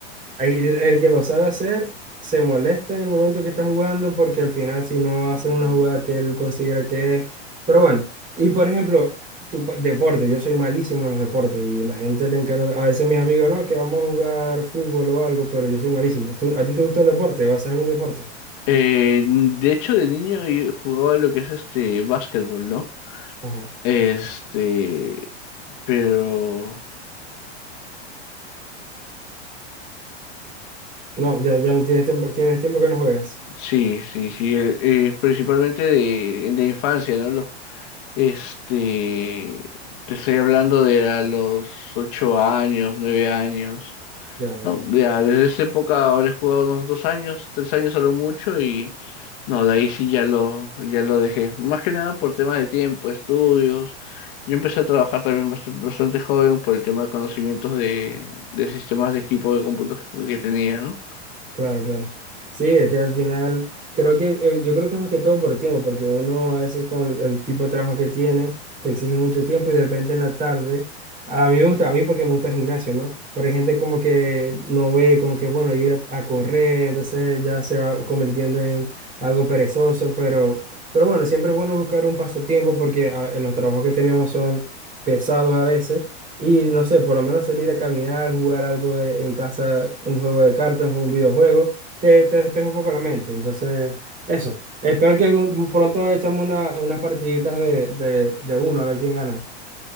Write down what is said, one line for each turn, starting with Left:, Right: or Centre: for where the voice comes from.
Right: ahí El, el que lo sabe hacer se molesta en el momento que está jugando porque al final si no hace una jugada que él considera que es. Pero bueno, y por ejemplo, tu pa- deporte, yo soy malísimo en los deportes y la gente le encanta. A veces mis amigos, no, que vamos a jugar fútbol o algo, pero yo soy malísimo. ¿Tú, a ti te gusta el deporte? ¿Vas a hacer algún deporte?
Left: Eh, de hecho, de niño yo jugaba lo que es este básquetbol, ¿no?
Right: Ajá.
Left: Este, pero
Right: No, ya, ya no tienes tiempo, tienes tiempo que no juegas.
Left: sí, sí, sí, eh, eh, principalmente de, de infancia, ¿no? Los Este, te estoy hablando de a los ocho años, nueve años.
Right: Ya, ya.
Left: No, ya desde esa época ahora he jugado unos dos años, tres años a lo mucho y no, de ahí sí ya lo, ya lo dejé. Más que nada por tema de tiempo, estudios. Yo empecé a trabajar también bastante, bastante joven por el tema de conocimientos de, de sistemas de equipo de computación que tenía, ¿no?
Right: Claro, claro. Sí, es que al final, creo que, eh, yo creo que es más que todo por tiempo, porque uno a veces con el tipo de trabajo que tiene, te exige mucho tiempo y de repente en la tarde, a mí me gusta, a mí porque me gusta el gimnasio, ¿no? Pero hay gente como que no ve, como que, bueno, ir a, a correr, entonces ya se va convirtiendo en algo perezoso, pero, pero bueno, siempre es bueno buscar un pasatiempo porque ah, los trabajos que tenemos son pesados a veces. Y no sé, por lo menos salir a caminar, jugar algo de, en casa, un juego de cartas, un juego, un videojuego, te, te despeja un poco la mente. Entonces, eso. Espero que algún- pronto echamos una- unas partiditas de, de, de uno, a ver quién gana.